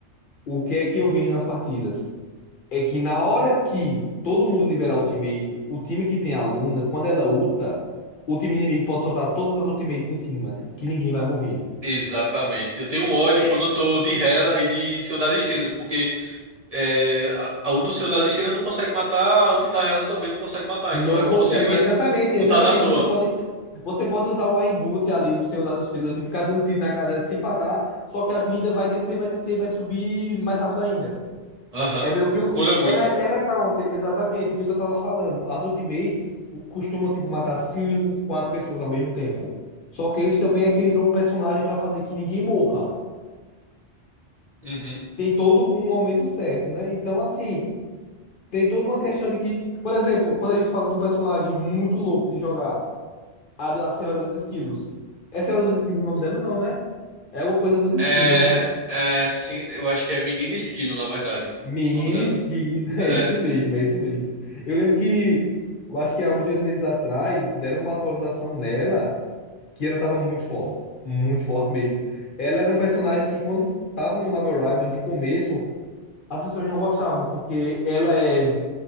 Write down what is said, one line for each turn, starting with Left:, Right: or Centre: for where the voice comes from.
Left: O que é que eu vejo nas partidas? é que na hora que todo mundo liberar ultimate, o time que tem a Luna, quando ela ulta, o time inimigo pode soltar todas as ultimates em cima, que ninguém vai morrer.
Right: Exatamente. Eu tenho um ódio
Left: É,
Right: quando eu tô de Hela e de Senhor das Estrelas, porque é, a, a o do Senhor das Estrelas não consegue matar, a outra da Hela também não consegue matar.
Left: não
Right: Então é
Left: consegue,
Right: como se eu tivesse
Left: exatamente, exatamente.
Right: lutado à toa.
Left: Você pode, você pode usar um aimbot ali do Senhor das Estrelas e ficar dando tiro na galera sem parar, só que a vida vai descer, vai descer, vai subir mais rápido ainda.
Right: Aham.
Left: É meio que um.
Right: Cura muito.
Left: Ela, é- ela é counter, exatamente, feito eu tava falando. As ultimates costumam, tipo, matar cinco, quatro pessoas ao mesmo tempo. Só que eles também equilibram o personagem pra fazer que ninguém morra.
Right: Uhum.
Left: Tem todo um momento certo, né? Então, assim, tem toda uma questão de que, por exemplo, quando a gente fala de um personagem muito louco de jogar, a, do- a Senhora dos Esquilos. É Senhora dos Esquilos o nome dela, não, né? É alguma coisa dos esquilos,
Right: É,
Left: né?
Right: é, sim, eu acho que é Menina Esquilo, na verdade,
Left: Menina
Right: o nome dela.
Left: Skig, <laughs>
Right: É.
Left: é isso mesmo, é isso mesmo. Eu lembro que, eu acho que há uns dois meses atrás, deram uma atualização nela que ela tava muito forte, muito forte mesmo. Ela era um personagem que, quando tava no Marvel Rivals de começo, as pessoas não gostavam, porque ela é